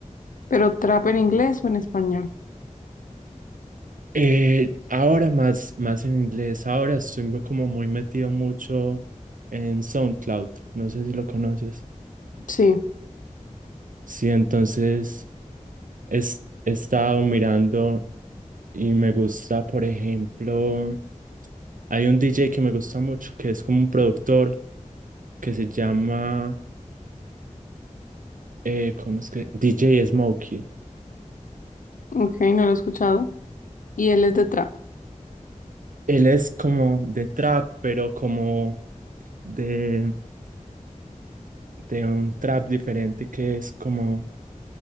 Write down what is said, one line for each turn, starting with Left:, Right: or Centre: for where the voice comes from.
Left: ¿Pero trap en inglés o en español?
Right: Eh, ahora más, más en inglés, ahora estoy mu- como muy metido mucho en SoundCloud, no sé si lo conoces.
Left: Sí,
Right: Sí, entonces es- he estado mirando y me gusta, por ejemplo, hay un DJ que me gusta mucho que es como un productor que se llama, eh, ¿cómo es que? DJ Smokey.
Left: ok, no lo he escuchado. Y él es de trap.
Right: Él es como de trap, pero como de, de un trap diferente que es como,